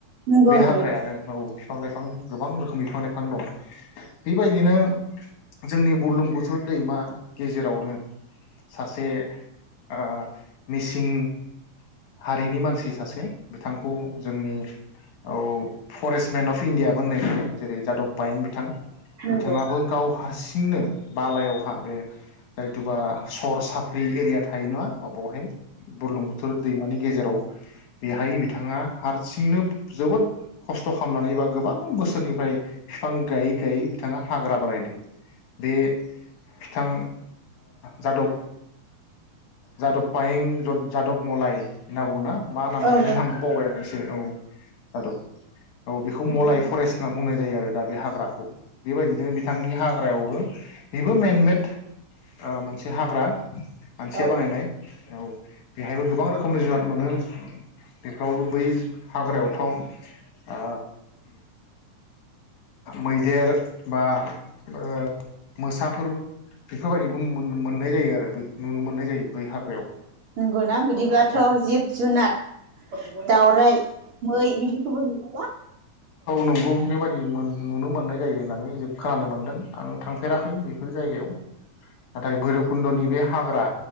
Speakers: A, on the right; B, on the left.
A: नंगौ
B: बे
A: नंगौ
B: हाग्रायानो औ बिफां-लाइफां गोबां रोखोमनि बिफां-लाइफां दं बेबायदिनो जोंनि बुरलुंबुथुर दैमा गेजेरावनो सासे आ मिसिं हारिनि मानसि सासे बिथांखौ जोंनि औ फरेस्टमेन अफ इण्डिया बो होननाय जेरै जादब पायें बिथां बिथाङाबो
A: नंगौ
B: गाव हारसिंनो बालायाव हा बे जायथुबा सर साफ्रि एरिया थायो ना माबहाय बुरलुंबुथुर दैमानि गेजेराव बेहाय बिथाङा हारसिंनो जोबोद खस्थ' खालामनानै बा गोबां बोसोरनिफ्राय बिफां गायै गायै बिथाङा हाग्रा बारायदों बे ओ जादब जादब पायें जा-जादब मलाय होनना बुङोना मा नाम
A: औ
B: मोनथाय नामखौ बावबाय आं ए से औ जादब औ बेखौ
A: नंगौ
B: मलाय फरेस्ट होनना बुंनाय जायो आरो दा बे हाग्राखौ बेबायदि नो बिथांनि हाग्रायावबो बेबो मेनमेट ओ मोनसे हाग्रा मानसिया
A: औ
B: बानायनाय औ बेहायबो गोबां रो खमनि जुवाद मोनो बेफ्राव बै हाग्रायावथ' आ मैदेर बा ओ मोसाफोर बेफोरबायदिबो मोन-मोननाय जायो आरो नुनो मोननाय जायो बै हाग्रायाव
A: नंगौ ना बिदिब्लाथ'
B: नोंथां
A: जिब-जुनार दउराइ, मै बेफोरखौबो नुगोन ना।
B: नंगौ औ बेबायदि मोन नुनो मोननाय जायो होननानै जों खोनानो मोनदों आं थांफेराखै बेफोर जायगायाव नाथाय भैरबकुणन्दनि बे हाग्रा